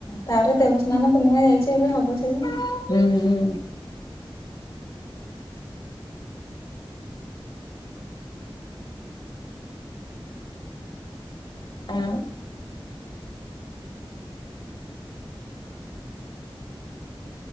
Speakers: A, on the left; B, on the left.
A: ତାରେ ଦେବସ୍ନାନ ପୂର୍ଣ୍ଣିମା ଯାଇଛି ଏବେ ହବ ସେଇଆ।
B: ହୁଁ, ହୁଁ। ଆଁ,